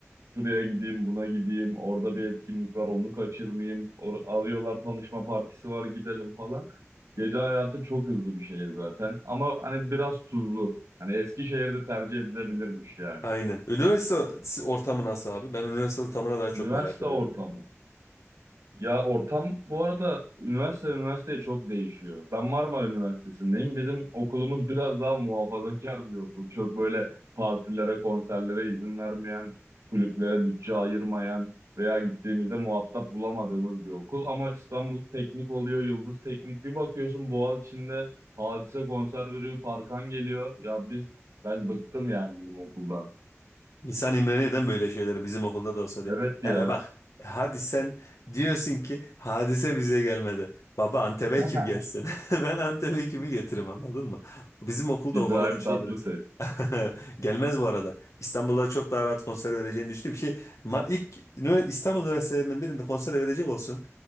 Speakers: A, on the right (about 85°); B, on the left (about 80°).
A: Şuraya gideyim, buna gideyim, orada bir etkinlik var onu kaçırmayayım. Or arıyorlar tanışma partisi var gidelim falan. Gece hayatı çok hızlı bir şehir zaten ama hani biraz tuzlu. Hani Eskişehir'de tercih edilebilirmiş yani.
B: Aynen. Üniversite ortamı nasıl abi? Ben üniversite ortamına daha çok
A: Üniversite
B: merak ediyorum.
A: ortamı. Ya ortam bu arada üniversite üniversiteye çok değişiyor. Ben Marmara Üniversitesi'ndeyim. Bizim okulumuz biraz daha muhafazakar bir okul. Çok böyle partilere, konserlere izin vermeyen, kulüplere bütçe ayırmayan veya gittiğimizde muhatap bulamadığımız bir okul. Ama İstanbul Teknik oluyor, Yıldız Teknik. Bir bakıyorsun Boğaziçi'nde Hadise konser veriyor, Tarkan geliyor. Ya biz, ben bıktım yani bizim okuldan.
B: İnsan imrenir neden böyle şeyleri bizim okulda da olsa diye.
A: Evet
B: E,
A: ya.
B: e bak hadi sen diyorsun ki hadise bize gelmedi. Baba Antep'e
A: <laughs>
B: kim gelsin? <laughs> Ben Antep'e kimi getiririm anladın mı? Bizim okulda
A: İbrahim
B: o konuda şey
A: Tatlıses.
B: biraz. <laughs> Gelmez bu arada. İstanbul'da çok daha rahat konser vereceğini düşündüm ki ma- ilk ünivers- İstanbul üniversitelerinin birinde konser verecek olsun.